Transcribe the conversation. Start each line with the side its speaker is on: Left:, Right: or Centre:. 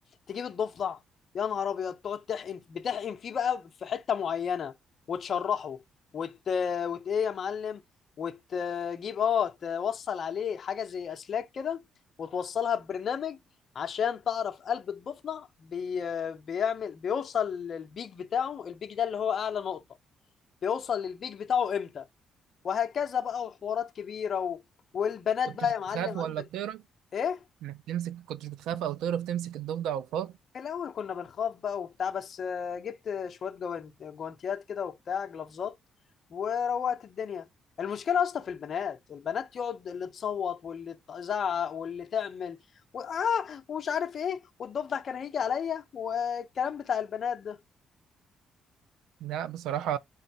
Left: تجيب الضفدع يا نهار ابيض تقعد تحقن بتحقن فيه بقى في حته معينه وتشرحه وت... وت ايه يا معلم وتجيب اه توصل عليه حاجه زي اسلاك كده وتوصلها ببرنامج عشان تعرف قلب الضفدع بي... بيعمل بيوصل للبيك بتاعه البيك ده اللي هو اعلى نقطه بيوصل للبيك بتاعه امتى وهكذا بقى وحوارات كبيره و... والبنات
Right: كنت
Left: بقى
Right: بتخاف
Left: يا معلم
Right: ولا
Left: عندك
Right: بتهرب؟
Left: ايه
Right: انك تمسك كنتش بتخاف او تعرف تمسك الضفدع والفار
Left: في الاول كنا بنخاف بقى وبتاع بس آه، جبت شويه جوان- جوانتيات كده وبتاع جلافزات وروقت الدنيا المشكله اصلا في البنات البنات يقعد اللي تصوت واللي تزعق واللي تعمل و... آه ومش عارف ايه والضفدع كان هيجي عليا والكلام بتاع البنات ده
Right: لا بصراحة